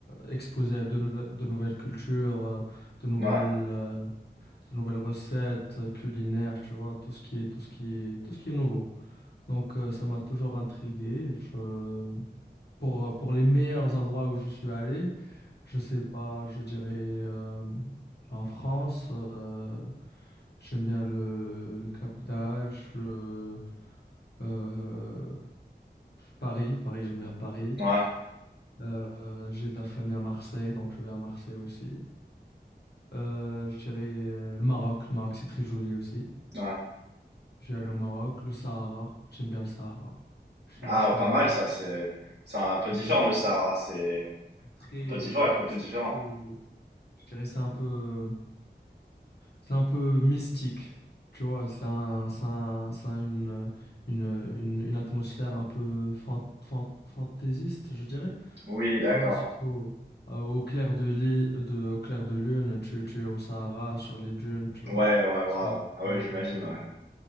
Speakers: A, on the left; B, on the right.
A: exposé à de nouvelles, de nouvelles cultures, euh, de nouvelles,
B: Ouais,
A: euh, de nouvelles recettes euh, culinaires, tu vois, tout ce qui est, tout ce qui est, tout ce qui est nouveau. Donc, euh, ça m'a toujours intrigué. Je... Pour, euh, pour les meilleurs endroits où je suis allé, je sais pas, je dirais euh, en France, euh, j'aime bien le, le Cap d'Agde, le euh, Paris, Paris, j'aime bien Paris.
B: ouais,
A: Euh, j'ai de la famille à Marseille, donc je vais à Marseille aussi. Euh, je dirais euh, le Maroc, le Maroc c'est très joli aussi.
B: ouais.
A: Je vais aller au Maroc, le Sahara, j'aime bien le Sahara. Je,
B: Ah,
A: je suis
B: pas
A: allé
B: mal
A: au...
B: ça, c'est c'est un peu
A: Exact.
B: différent le Sahara, c'est
A: très,
B: un peu différent, un peu, un peu
A: c'est
B: différent.
A: très- je dirais c'est un peu, c'est un peu mystique, tu vois, c'est un, c'est un- c'est une, une, une, une atmosphère un peu fan- fan- fantaisiste, je dirais,
B: Oui, d'accord.
A: tu vois, surtout euh, au clair de, li- de, au clair de lune, tu, tu es au Sahara, sur les dunes, tu
B: Ouais,
A: vois,
B: ouais, waouh.
A: c'est une
B: Ah
A: vibe
B: ouais, j'imagine.
A: un peu,
B: ouais.